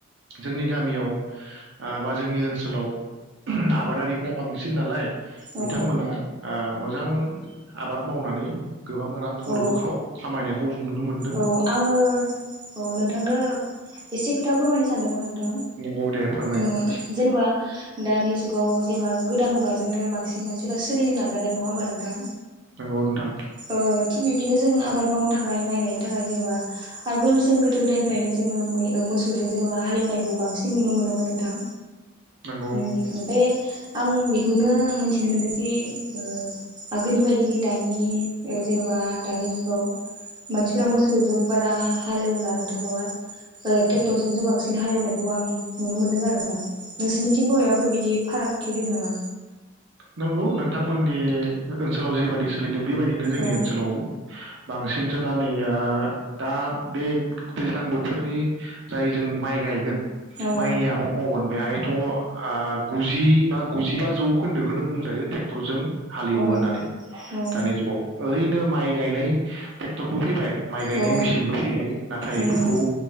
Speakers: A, on the right (about 65°); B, on the right (about 25°).
A: जोंनि गामियाव ओ बा जोंनि ओनसोलाव आबादारिफ्रा बांसिन नालाय
B: औ
A: बिथांमोना ओ मोजां आबाद मावनानै गोबां रां खावरिबो
B: औ
A: खाव खामायनायखौ जों नुनो मोनदो
B: औ आङो औ नोंथांनो एसे खोथा फोरमायनो सानदोंमोन नोंथां
A: नंगौ दे फोरमाय
B: ओ जेनेबा दानि जुग जुगाव जेब्ला गोदान मुगाजोंनो बांसिन मानसिफोरा सोलिनो नाजादो नङा होमबा नोंथां
A: नंगौ नोंथां
B: ओ थिग बिब्दिनो जोंङो आबाद मावनो थाखाय माइ गायनो थाखाय जेनेबा आगोल जों गोदो गोदायनिफ्रायनो जोङो मै मोसौजों जेनेबा हालेवनायखौ बांसिन नुनो मोनोमोन नोंथां।
A: नंगौ
B: उम उम बे आं बिखौनो मिथिनो मोनदों जि ओ आगोलनि बायदि दानि जेनबा दानि जुगाव मानसिफोरा मोसौजों बारा हालेवला नोंथां माबा ओ ट्रेक्टरजोंसो बांसिन हालेवनायखौ आं नुनो मोनदों आरो नोंथां नोंसोरनि थिं <unintelligible> बिदि फारागथि दोङो नामा?
A: नंगौ नोंथांमोननि ओनसोलाव जिबायादि सोलि बेबायदिनो जोंनि
B: औ
A: ओनसोलावबो बांसिन खिन्थु दा नै दा बे दैज्लां बोथोरनि जाय जों माइ गायगोन
B: औ
A: माइनि आबाद मावगोन बेहायथ आ गुजि बा गुजिबा जौ <unintelligible> बुंजायो ट्रेक्टरजों हालेवो
B: औ
A: होननानै
B: औ
A: दानि जुगाव ओरैनो माइ गायनाय ट्रेक्टरबो फैबाय माइ गायनाय
B: औ
A: मेसिनबो फैबाय नाथाय
B: उम
A: बिखौ